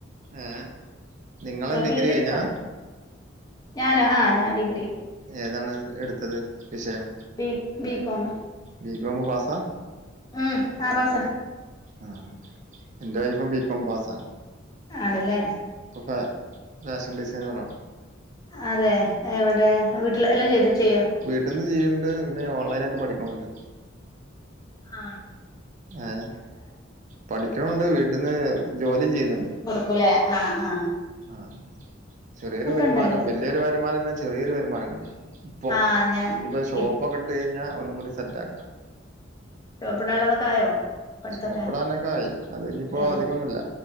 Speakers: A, on the right (about 40°); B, on the left (about 20°).
A: ഏ നിങ്ങള് ഡിഗ്രി
B: ഫീൽഡ്
A: കഴിഞ്ഞാ
B: എടുത്താൽ ഞാനോ ആഹ് ഞാൻ ഡിഗ്രി
A: ഏതാണ് എട്ത്തത് വിഷയം
B: ബീ ബികോമ്
A: ബീകൊമ് പാസാ
B: ഉം ആ പാസാ
A: ആഹ് എന്റെ വൈഫും ബികോം പാസാ
B: ആണ് ല്ലേ
A: പ്പോ ഫേ ഫേഷൻ ഡിസൈനറാ
B: അതെ എവെടെ വീട്ടിൽ എല്ലാം ചെയ്തു ചെയ്യോ
A: വീട്ടിന്ന് ചെയ്യ്ണ്ട് പിന്നെ ഓൺലൈനായിട്ട് പഠിക്കുണ് ണ്ട്
B: ആഹ്
A: ഏ പഠിക്ണുണ്ട് വീട്ടിന്ന് ജോലിം ചെയ്യ്ന്ന്ണ്ട്
B: കൊലെ ആഹ് ആഹ്
A: ആഹ് അങ്ങനെ ചെറിയൊരു വരുമാനം
B: ഉണ്ടായി
A: വല്യയൊരു വരുമാനല്ല ചെറിയൊരു വരുമാനം കിട്ടും. ഇപ്പോ
B: ആ ഞാൻ
A: ഇനിയിപ്പോ ഷോപ്പൊക്കെ
B: ഇപ്
A: ഇട്ട് കഴിഞ്ഞാ ഒന്നും കൂടി സെറ്റ് ആക്കാ
B: ഷോപ്പ് ഇടാളളതൊക്കെ ആയോ പഠിത്തൊക്കെ
A: ഷോപ്പ്ടാനൊക്കെ ആയി അത് ഇനിപ്പോ
B: ഏ
A: അധികൊന്നുല്ല